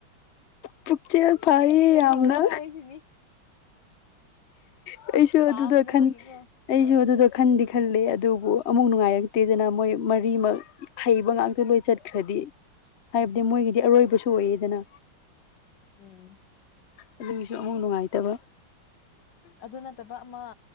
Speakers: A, on the left; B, on the left.
A: ꯄꯨꯛꯆꯦꯜ ꯐꯩꯌꯦ
B: ꯑꯩꯗꯤ ꯂꯩꯍꯧꯔꯣ
A: ꯌꯥꯝꯅ
B: ꯍꯥꯏꯔꯤꯁꯤꯅꯤ
A: ꯄꯩꯁꯨ
B: ꯄꯥꯝꯗꯕꯒꯤꯀꯣ
A: ꯑꯗꯨꯗ ꯈꯟ ꯑꯩꯁꯨ ꯑꯗꯨꯗ ꯈꯟꯗꯤ ꯈꯜꯂꯤꯦ ꯑꯗꯨꯕꯨ ꯑꯃꯨꯛ ꯅꯨꯡꯉꯥꯏꯔꯛꯇꯦꯗꯅ ꯃꯣꯏ ꯃꯔꯤꯃꯛ ꯍꯩꯕ ꯉꯥꯛꯇ ꯂꯣꯏ ꯆꯠꯈ꯭ꯔꯗꯤ ꯍꯥꯏꯕꯗꯤ ꯃꯣꯏꯒꯤꯗꯤ ꯑꯔꯣꯏꯕꯁꯨ ꯑꯣꯏꯑꯗꯅ
B: ꯎꯝ
A: ꯑꯗꯨꯒꯤꯁꯨ ꯑꯃꯨꯛ ꯅꯨꯡꯉꯥꯏꯇꯕ
B: ꯑꯗꯨ ꯅꯠꯇꯕ ꯑꯃ